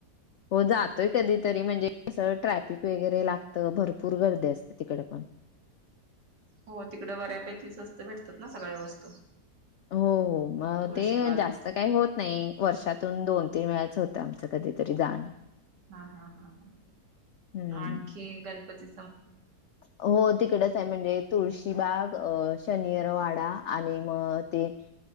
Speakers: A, on the left; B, on the right.
A: हो जातोय कधीतरी म्हणजे स ट्रॅफिक वगैरे लागतं भरपूर गर्दी असते तिकडे पण
B: हो तिकडं बऱ्यापैकी स्वस्त भेटतात ना सग्या वस्तू
A: हो हो मग
B: तुळशी
A: ते
B: बागेत
A: जास्त काही होत नाही वर्षातून दोन तीन वेळाच हो आमचं कधीतरी दान
B: हा हा हा हा
A: हम्म.
B: आणखी गणपती
A: हो तिकडच आहे म्हणजे तुळशीबाग अ शनिरवाडा आणि मग ते